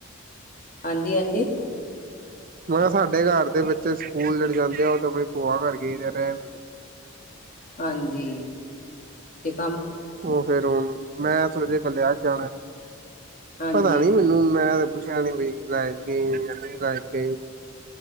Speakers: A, on the left; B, on the right.
A: ਹਾਂਜੀ ਹਾਂਜੀ
B: ਮੈਂ ਕਿਹਾ ਸਾਡੇ ਘਰ ਦੇ ਬੱਚੇ ਸਕੂਲ ਲੜ ਜਾਂਦੇ ਆ ਉਹ ਤੇ ਕੋਈ ਭੂਆ ਕਰਕੇ ਰਹਿਣ
A: ਹਾਂਜੀ ਇੱਕ
B: ਉਹ ਫੇਰ ਹੁਣ ਮੈਂ ਜੇ ਕੱਲ ਅਜ ਜਾਣਾ
A: ਹਾਂਜੀ
B: ਪਤਾ ਨੀ ਮੈਨੂੰ ਮੈਂ ਕੁਛਿਆਣੀ ਬਈ ਲਾਇਕ ਗਈ ਨਹੀਂ ਲਾਇਕ ਗਈ